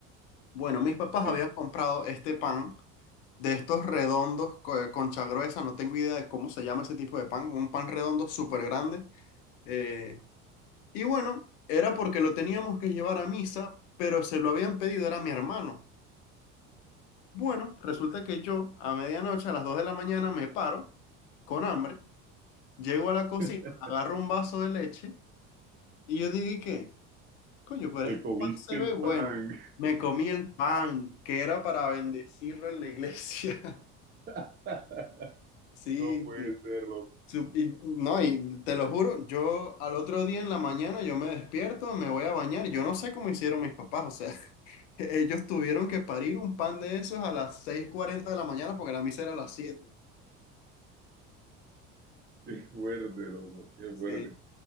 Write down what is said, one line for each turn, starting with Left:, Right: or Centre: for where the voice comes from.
Left: Bueno, mis papás
Right: sí,
Left: habían comprado este pan de estos redondos co- eh, concha gruesa, no tengo idea de cómo se llama ese tipo de pan, un pan redondo súper grande. eh, y bueno, era porque lo teníamos que llevar a misa, pero se lo habían pedido, era mi hermano. Bueno, resulta que yo a medianoche, a las 2 de la mañana, me paro con hambre. Llego a la cocina,
Right: <laughs>
Left: agarro un vaso de leche y yo dije, ¿qué? Coño, pero
Right: te
Left: este
Right: comiste
Left: pan se
Right: el
Left: ve bueno.
Right: pan.
Left: Me comí el pan, que era para bendecirlo en la iglesia. <laughs>
Right: <laughs>
Left: Sí,
Right: No puede
Left: sí.
Right: ser, loco.
Left: Su- y- no, y te lo juro, yo al otro día en la mañana yo me despierto, me voy a bañar y yo no sé cómo hicieron mis papás, o sea, <laughs> ellos tuvieron que parir un pan de esos a las seis cuarenta de la mañana porque la misa era a las siete
Right: Qué fuerte, loco. Qué fuerte.
Left: Sí,